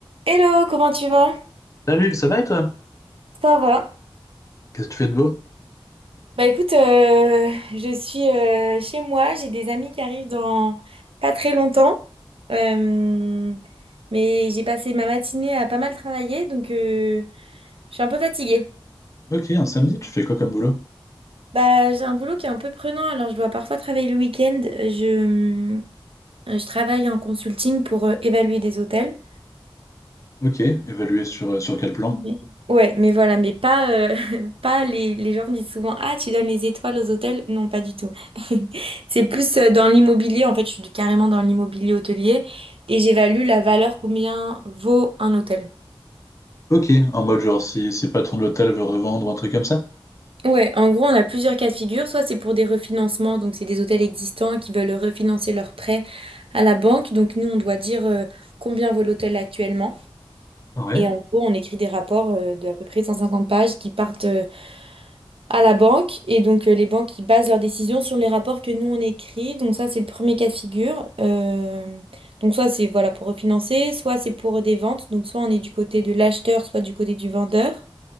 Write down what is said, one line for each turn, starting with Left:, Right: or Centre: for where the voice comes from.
Right: Hello, comment tu vas?
Left: Salut, ça va et toi?
Right: Ça va?
Left: Qu'est-ce que tu fais de beau?
Right: Bah écoute, euh, je suis euh, chez moi, j'ai des amis qui arrivent dans pas très longtemps, Euh, mais j'ai passé ma matinée à pas mal travailler, donc euh, je suis un peu fatiguée.
Left: Ok, un samedi, tu fais quoi comme boulot?
Right: Bah j'ai un boulot qui est un peu prenant, alors je dois parfois travailler le week-end. Je, je travaille en consulting pour euh, évaluer des hôtels.
Left: Ok, évalué sur, euh, sur quel plan?
Right: Mais- Ouais, mais voilà, mais pas, euh, <laughs> pas les, les gens me disent souvent, ah, tu donnes les étoiles aux hôtels. Non, pas du tout. <laughs> C'est plus euh, dans l'immobilier. En fait, je suis carrément dans l'immobilier hôtelier et j'évalue la valeur combien vaut un hôtel.
Left: Ok, en mode genre si, si le patron de l'hôtel veut revendre ou un truc comme ça?
Right: Ouais, en gros, on a plusieurs cas de figure. Soit c'est pour des refinancements, donc c'est des hôtels existants qui veulent refinancer leurs prêts à la banque. Donc nous, on doit dire euh, combien vaut l'hôtel actuellement.
Left: Ouais,
Right: Et en gros, on écrit des rapports euh, de à peu près 150 pages qui partent euh, à la banque. Et donc, euh, les banques, ils basent leurs décisions sur les rapports que nous, on écrit. Donc, ça, c'est le premier cas de figure. Euh, donc, soit c'est voilà, pour refinancer, soit c'est pour des ventes. Donc, soit on est du côté de l'acheteur, soit du côté du vendeur.